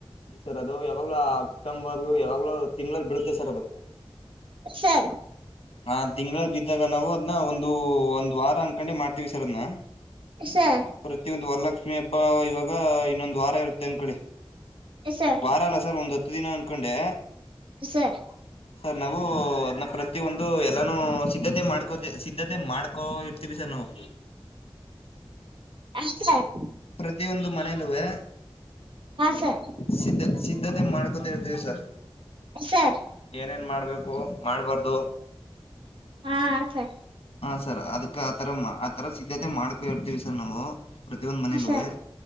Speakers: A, on the left (about 80°); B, on the right (about 60°).
A: ಹ ಸರ್ ಅದು ಯಾವಾಗ್ಲೂ ಅಕ್ಟೊಂಬರ್ ಯಾವಾಗ್ಲೋ ತಿಂಗಳಲ್ ಬೀಳುತ್ತೆ ಸರ್ ಅದು.
B: ಸರ್
A: ಹ ತಿಂಗಳಲ್ ಬಿದ್ದಾಗ ನಾವು ಅದ್ನ ಒಂದು ಒಂದ್ ವಾರ ಅನ್ಕೊಂಡೆ ಮಾಡ್ತೀವಿ ಸರ್ ಅದ್ನ.
B: ಸರ್
A: ಪ್ರತಿಯೊಂದು ವರ್ಲಕ್ಶ್ ಲಕ್ಷ್ಮಿ ಹಬ್ಬ ಇವಾಗ ಇನ್ನೊಂದು ವಾರ ಇರುತ್ತೆ ಅನ್ಕೊಳ್ಳಿ
B: ಸರ್
A: ವಾರ ಅಲ್ಲ ಸರ್ ಒಂದ ಹತ್ ತ್ತು ದಿನ ಅನ್ಕೊಂಡೆ
B: ಸರ್
A: ಸರ್ ನಾವು ಅದ್ನ್ನ ಪ್ರತಿಯೊಂದ್ ಡು ಎಲ್ಲಾನು ಸಿದ್ಧತೆ ಮಾಡ್ಕೋ ಸಿದ್ಧತೆ ಮಾಡ್ಕೋ ಇ ತಿವಿ ಸರ್ ನಾವು
B: ಹಾಂ ಸರ್
A: ಪ್ರತಿಯೊಂದು ಮನೇಲುವೆ
B: ಹಾಂ ಸರ್
A: ಸಿದ್ದ ಸಿದ್ಧತೆ ಮಾಡ್ಕೊತ ಇರ್ತೀವಿ ಸರ್.
B: ಸರ್
A: ಏನ್ ಮಾಡ್ಬೇಕು ಮಾಡಬಾರ್ದು.
B: ಹಾ ಆಡ್ ಸ
A: ಹಾ ಸರ್ ಅದಕ್ ಆತರ ಮ್ ಆತರ ಸಿದ್ಧತೆ ಮಾಡ್ ಇರ್ತವಿ ಸರ್ ನಾವು ಪ್ರತಿಯೊಂದ್ ಮನೆಲುವೆ
B: ಸರ್